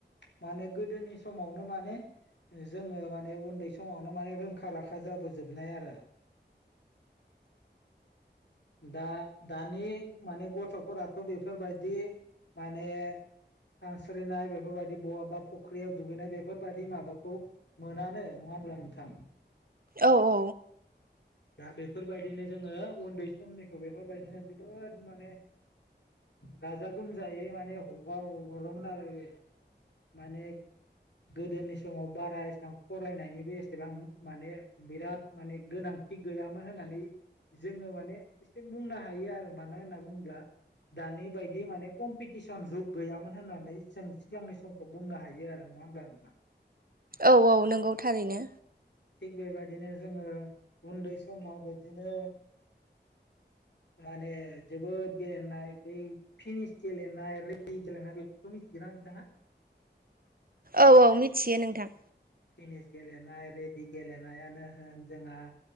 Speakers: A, on the left; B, on the right.
A: माने गोदोनि समावनो माने जोङो माने उन्दै समावनो माने रोंखा राखा जा बोजोबनाय आरो। दा दानि माने गथ' फोराथ' बेफोरबायदि माने सानस्रिनाय बेफोरबायदि बहाबा फख्रियाव दुगैनाय बेफोरबायदि माबाखौ मोनानो, नङा होमब्ला नोंथां?
B: औ औ।
A: दा बेफोरबायदिनो जोङो उन्दै समनिखौ बेफोरबायदिनो जोबोद माने गाजा गोमजायै माने हगार हरोमोन आरो बे माने गोदोनि समाव बारा एसां फरायनायनिबो एसेबां माने बेराद माने गोनां थि गैयामोन होननानै जोङो माने एसे बुंनो हायो आरो मानो होनना बुङोब्ला दानि बायदि माने कम्पिटिसन जुग गैयामोन होननानै जों सिगांनि समखौ बुंनो हायो। आरो नङा होमब्ला नोंथां?
B: औ औ नंगौ थारैनो।
A: थिग बेबायदिनो जोङो उन्दै समाव बिदिनो माने जोबोद गेलेनाय बै फिनिस गेलेनाय रेदि गेलेनाय बेफोरखौ मिथिगोना? ना नोंथाङा?
B: औ औ मिथियो नोंथां।
A: टेनिस गेलेनाय रेडि गेलेनायानो होन जोंहा